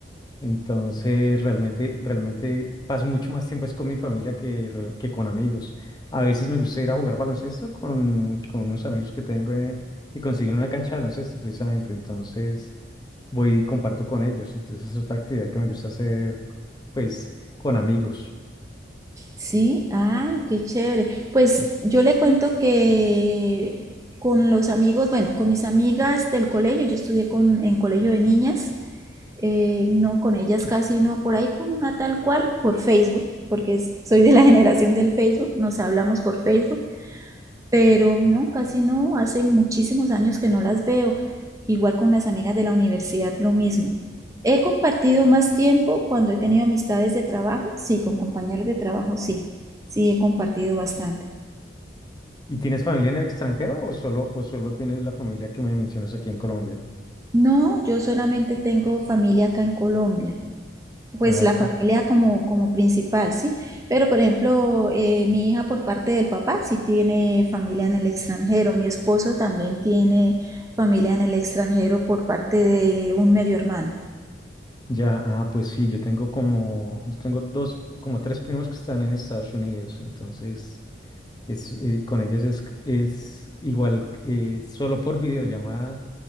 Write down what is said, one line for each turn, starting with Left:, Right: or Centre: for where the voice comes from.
Left: Entonces, realmente, realmente paso mucho más tiempo es con mi familia que, real- que con amigos. A veces me gusta ir a jugar baloncesto con, con unos amigos que tengo eh, y consiguen una cancha de baloncesto precisamente. Entonces, voy y comparto con ellos. Entonces, es otra actividad que me gusta hacer, pues, con amigos.
Right: Sí, ay, qué chévere. Pues yo le cuento que con los amigos, bueno, con mis amigas del colegio, yo estudié con, en colegio de niñas, eh, no con ellas casi, no por ahí con una tal cual por Facebook, porque es- soy de la <laughs> generación del Facebook, nos hablamos por Facebook pero no, casi no, hace muchísimos años que no las veo. Igual con las amigas de la universidad, lo mismo. He compartido más tiempo cuando he tenido amistades de trabajo, sí, con compañeros de trabajo, sí, sí he compartido bastante.
Left: ¿Y tienes familia en el extranjero o solo, o solo tienes la familia que me mencionas aquí en Colombia?
Right: No, yo solamente tengo familia acá en Colombia. pues
Left: Ah,
Right: la familia
Left: sí.
Right: como, como principal, ¿sí? Pero por ejemplo, eh, mi hija por parte del papá sí tiene familia en el extranjero, mi esposo también tiene familia en el extranjero por parte de un medio hermano.
Left: Ya, ah, pues sí, yo tengo como, yo tengo dos, como tres primos que están en Estados Unidos, entonces es, eh, con ellos es, es igual, eh, solo por videollamada